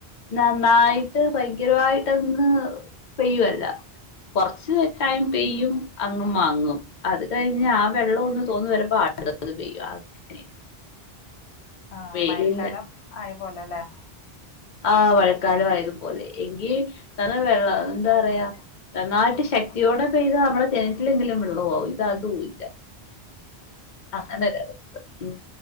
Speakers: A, on the left; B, on the left.
A: നന്നായിട്ട് ഭയങ്കരമായിട്ടൊന്ന് പെയ്യുവല്ല കൊർച്ച് ടൈം പെയ്യും അങ്ങ് മങ്ങും അത് കഴിഞ്ഞ് ആ വെള്ളം ഒന്ന് തോർന്ന് വെരുമ്പൊ അട്ത്തത് പെയ്യും അങ്ങനെ
B: ആഹ്
A: വെയിലില്ല
B: മയക്കാലം ആയ പോലെ അല്ലെ
A: ആഹ് മഴക്കാലം ആയതുപോലെ എങ്കി ന്നറയെ വെള്ളം എന്താറയാ നന്നായിട്ട് ശക്തിയോടെ പെയ്താ നമ്മളെ കെണറ്റിലെങ്കിലും വെള്ളമാവും ഇത് അതൂല്ല അങ്ങനൊരവസ്ഥ ഉം